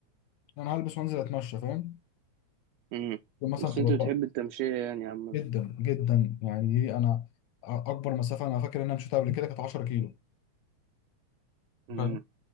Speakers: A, on the left (about 80°); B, on the right (about 75°).
A: انا هلبس وانزل اتمشى فاهم
B: مم.
A: مثلا
B: بس
A: تبقى
B: انت
A: الأرض
B: بتحب التمشية يعني يا عم
A: جدا جدا يعني ايه انا اكبر مسافه انا فاكر ان انا مشيتها قبل كده كانت 10 كيلو
B: مم.
A: فاهم